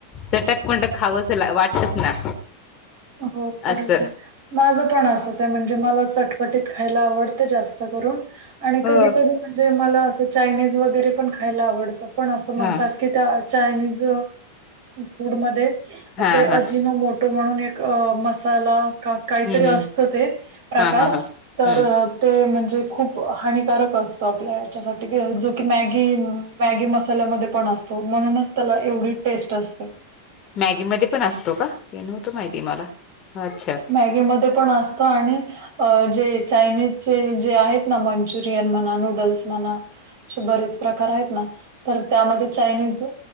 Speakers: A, on the left; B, on the right.
A: चटक पणट खावसं वाटतच ना.
B: हो बरोबर
A: असं
B: आहे. माझं पण असंच आहे म्हणजे मला चटपटीत खायला आवडतं जास्त करून. आणि
A: हो
B: कधी कधी म्हणजे मला असं चायनीज वगैरे पण खायला आवडतं पण असं म्हणतात
A: हा
B: की त्या चायनीज फूड मध्ये
A: हा
B: ते
A: हा
B: अजिनो मोटो म्हणून एक अ मसाला काहीतरी
A: हम्म हम्म
B: असत ते प्रकार
A: हा हा हा हम्म
B: तर ते म्हणजे खूप हानिकारक असत आपल्या हेच्यासाठी जो की मॅगी मॅगी मसाल्यामध्ये पण असतो म्हणूनच त्याला एवढी टेस्ट असते.
A: मॅगी मध्ये पण असतो का ते नव्हतो माहिती मला अच्छा.
B: मॅगी मध्ये पण असत आणि अ जे चायनीजचे जे आहेत ना मंचुरियन म्हणा नूडल्स म्हणा असे बरेच प्रकार आहेत ना तर त्यामध्ये चायनीज